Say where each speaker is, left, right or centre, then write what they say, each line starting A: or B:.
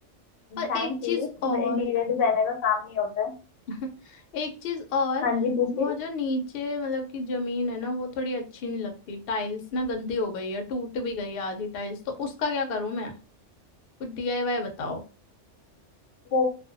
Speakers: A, on the left (about 60°); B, on the left (about 80°).
A: और
B: थैंक
A: एक चीज
B: यू
A: और
B: इंटीरियर डिजाइनर का काम ही होता है
A: <laughs> एक चीज और
B: हाँ जी पूछिए
A: वो जो नीचे मतलब कि जमीन है ना वो थोड़ी अच्छी नहीं लगती टाइल्स ना गंदी हो गई है टूट भी गई है आधी टाइल्स तो उसका क्या करूं मैं कुछ डीआईवाई बताओ
B: वो